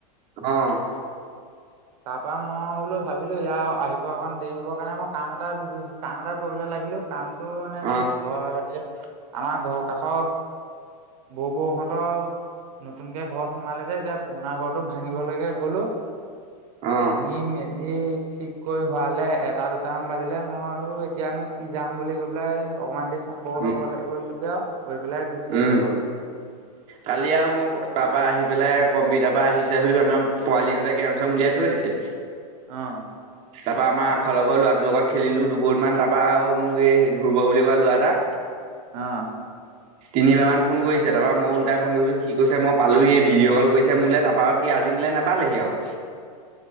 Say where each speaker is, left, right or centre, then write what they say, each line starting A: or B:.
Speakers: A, on the right; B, on the right.
A: অ'।
B: <inaudible> তাৰ পৰা মই বোলো ভাবিলোঁ ইয়াৰ আহি পোৱা অকণ দেৰি হ'বৰ কাৰণে মই কাম এটা কাম এটা কৰিবলৈ লাগিলোঁ কাম এইটো মানে
A: অ
B: কি ঘৰ এ, আমাৰ ঘৰৰ কাষৰ বৌ বৌহঁতৰ নতুনকে ঘৰত সোমালে যেতিয়া পুৰণা ঘৰটো ভাঙিবলৈকে গ'লো।
A: অ
B: ভাঙি মেলি এই ঠিক কৰি হোৱালে এটা দুটামান বাজিলে মই বোলো এতিয়ানো কি যাম বুলি কৈ পেলাই অকমান দেৰি চম্পকহঁতৰ
A: উম
B: ঘৰতে বহিলোগে। বহি পেলাই গুচি আহিলো
A: উম,
B: ঘৰলে
A: কালি আৰু মোক তাৰ পৰা আহি পেলাই কম্পিটাৰ <unintelligible> আহিছে <unintelligible> আমাৰ পোৱালিহঁতে কেৰাম চেৰাম উলিয়াই থৈ দিছে।
B: অ'।
A: তাৰ পৰা আমাৰ আগফালৰ ঘৰৰ ল'ৰাটোৰ লগত খেলিলো দুবৰ্ডমান তাৰপৰা আৰু মোক এই ধ্ৰুব বুলি কোৱা ল'ৰা এটা।
B: অ'।
A: তিনিবাৰ মান ফোন কৰিছে তাৰ পৰা মই ওলটাই ফোন কৰিছোঁ সি কৈছে মই পালো সি ভিডিঅ' কল কৰিছে মোলৈ তাৰপৰা আৰু সি আাজি নিলে নাপালেহি আৰু।